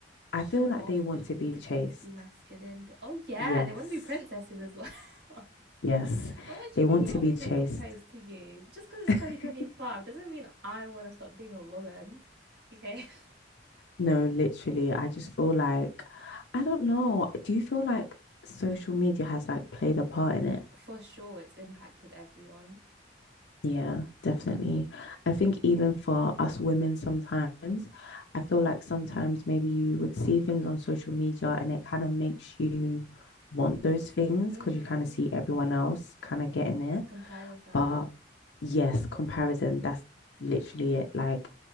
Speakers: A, on the left; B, on the right.
A: I
B: show
A: feel like
B: off,
A: they want
B: be-
A: to be
B: pretend
A: chased.
B: to be masculine. Oh, yeah,
A: Yes.
B: they want to be princesses as well. <laughs>
A: Yes.
B: And what do
A: They
B: you
A: want
B: mean you
A: to
B: want
A: be
B: me to
A: chased.
B: propose to you? Just because it's
A: <laughs>
B: 2025 doesn't mean I want to stop being a woman. Okay?
A: No, literally, I just feel like, I don't know. Do you feel like social media has like played a part in it?
B: <laughs> For sure, it's impacted everyone.
A: Yeah, definitely. I think even for us women, sometimes I feel like sometimes maybe you would see things on social media and it kind of makes you want those things
B: Mm
A: because
B: hmm.
A: you kind of see everyone else kind of getting it.
B: Compare yourself.
A: But yes, comparison, that's literally it. Like,